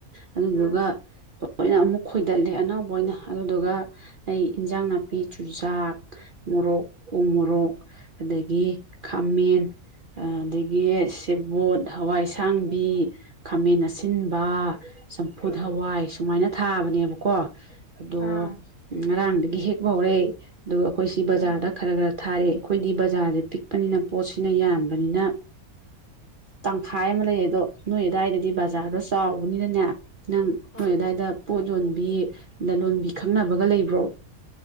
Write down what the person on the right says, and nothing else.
ꯑꯗꯨꯗꯨꯒ
ꯂꯣꯏꯅ ꯑꯃꯨꯛ ꯈꯣꯏꯗꯠꯂꯦ ꯑꯅꯧꯕ ꯑꯣꯏꯅ ꯑꯗꯨꯗꯨꯒ ꯑꯩ ꯏꯟꯖꯥꯡ ꯅꯥꯄꯤ ꯆꯨꯖꯥꯛ ꯃꯣꯔꯣꯛ ꯎ ꯃꯣꯔꯣꯛ ꯑꯗꯒꯤ ꯈꯥꯃꯦꯟ ꯑꯥ ꯑꯗꯒꯤ ꯁꯦꯕꯣꯠ ꯍꯋꯥꯏꯁꯥꯡꯕꯤ ꯈꯥꯃꯦꯟ ꯑꯥ ꯁꯤꯟꯕ ꯆꯝꯐꯨꯠ ꯍꯋꯥꯏ ꯁꯨꯃꯥꯏꯅ ꯊꯥꯕꯅꯦꯕꯀꯣ ꯑꯗꯣ
ꯉꯔꯥꯡꯗꯒꯤ ꯍꯦꯛꯄ ꯍꯧꯔꯦ ꯑꯗꯨꯒ ꯑꯈꯣꯏ ꯁꯤ ꯕꯖꯥꯔꯗ
ꯈꯔ ꯒꯥꯔꯥ ꯊꯥꯔꯦ ꯑꯩꯈꯣꯏꯗꯤ ꯕꯖꯥꯔꯖꯦ ꯄꯤꯛꯄꯅꯤꯅ ꯄꯣꯠꯁꯤꯅ ꯌꯥꯝꯕꯅꯤꯅ ꯇꯪꯈꯥꯏ ꯑꯃ ꯂꯩꯔꯦ ꯑꯗꯣ ꯅꯣꯏ ꯑꯗꯥꯏꯗꯗꯤ ꯕꯥ ꯕꯖꯥꯔꯗꯣ ꯆꯥꯎꯕꯅꯤꯅꯅꯦ ꯅꯪ
ꯅꯣꯏ ꯑꯗꯥꯏꯗ ꯄꯣꯠ ꯌꯣꯟꯕꯤ ꯂꯂꯣꯟꯕꯤ ꯈꯪꯅꯕꯒ ꯂꯩꯕ꯭ꯔꯣ